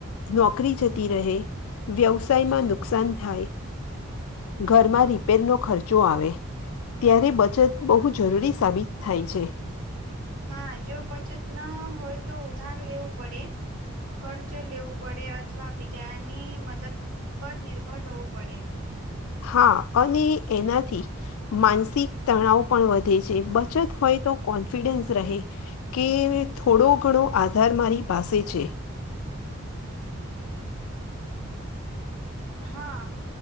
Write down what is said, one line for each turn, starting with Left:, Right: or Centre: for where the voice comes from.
Left: નોકરી જતી રહે વ્યવસાયમાં નુકસાન થાય. ઘરમાં રિપેરનો ખર્ચો આવે. ત્યારે બચત બહુ જરૂરી સાબિત થાય છે.
Right: હા જો બચત ના હોય તો ઉધાર લેવું પડે કરજ લેવું પડે અથવા બીજાની મદદ પર નિર્ભર રહેવું પડે
Left: હા અને એનાથી માનસિક તણાવ પણ વધે છે બચત હોય તો કોન્ફિડન્સ રહે કે થોડો ઘણો આધાર મારી પાસે છે
Right: હા.